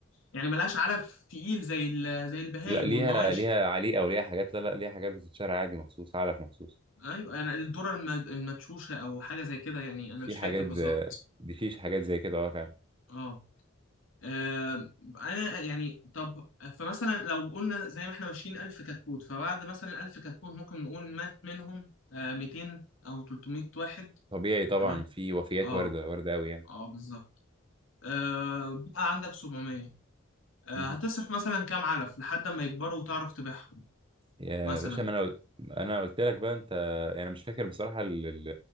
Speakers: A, on the left; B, on the right.
A: يعني ملهاش علف تقيل زي ال... زي البهايم
B: لا ليها
A: والمواشي
B: ليها عليقه وليها حاجات لا لا ليها حاجات بتتشرى عادي مخصوص علف مخصوص
A: ايوه انا الذره الم- المدشوشه او حاجه زي كده يعني انا
B: في
A: مش
B: حاجات
A: فاكر بالظبط
B: زي دي فيش حاجات زي كده اه فعلا
A: اه آه، انا يعني طب فمثلا لو قلنا زي ما احنا ماشيين 1000 كتكوت فبعد مثلا 1000 كتكوت ممكن نقول مات منهم آه، 200 او 300 واحد
B: طبيعي طبعا
A: تمام
B: في وفيات
A: اه
B: وارده وارده قوي يعني
A: اه بالظبط آه، بقى عندك 700 آه،
B: مهم.
A: هتصرف مثلا كام علف لحد ما يكبروا وتعرف تبيعهم
B: يا
A: مثلا
B: باشا ما انا قل- انا قلت لك بقى انت يعني أنا مش فاكر بصراحه ال- ال-